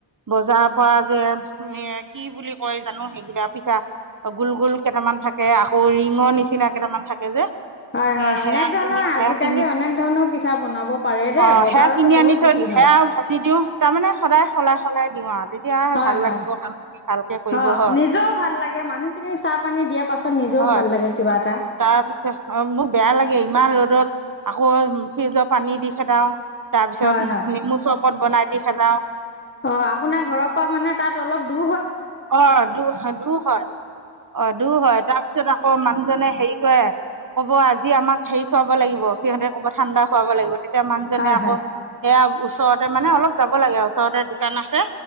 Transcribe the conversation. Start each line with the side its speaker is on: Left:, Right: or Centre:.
Right: বজাৰৰ পৰা যে কি বুলি কয় জানো সেইকেইটা পিছা গোল গোল কেইটামান থাকে আকৌ ৰিঙৰ নিচিনা কেইটামান থাকে যে।
Left: হয় হয়,
Right: এ সেয়া
Left: অনেক ধৰণৰ
Right: কিনি সেয়া
Left: আজিকালি
Right: কিনি
Left: অনেক ধৰণৰ পিঠা বনাব পাৰে দেই
Right: অঁ
Left: বজাৰতো
Right: সেয়া কিনি
Left: বহুত
Right: আনি থৈ
Left: বিকি
Right: দিওঁ, সেয়া আৰু ভাজি দিওঁ তাৰমানে সদায় সলাই সলাই দিওঁ আৰু। তেতিয়া
Left: হয়
Right: ভাল
Left: হয়,
Right: লাগিব কামখিনি ভালকে কৰিব
Left: অ'
Right: হয়
Left: নিজেও ভাল লাগে মানুহখিনিক চাহ পানী দিয়া পাছত। নিজেও
Right: হয়,
Left: ভাল লাগে কিবা এটা
Right: তাৰপিছত অ' মোক বেয়া লাগে ইমান ৰড ৰত, আকৌ ফ্ৰিজৰ পানী দি খেদাও। তাৰ পিছত
Left: হয় হয়
Right: নেমু চব পত বনাই দি খেলাও।
Left: অ' আপোনাৰ ঘৰৰ পা মানে তাত অলপ দু
Right: অ' দু হ দুৰ হয়, অ' দুৰ হয়, তাৰপিছত আকৌ মানুহজনে হেৰি কৰে কব আজি আমাক হেৰি খুৱাব লাগিব সিহঁতে কব ঠাণ্ডা খুৱাব লাগিব তে তিয়া মানুহ জনে
Left: হয়
Right: আকৌ
Left: হয়
Right: সেয়া ওচৰতে মানে, অলপ যাব লাগে, ওচৰতে দোকান আছে।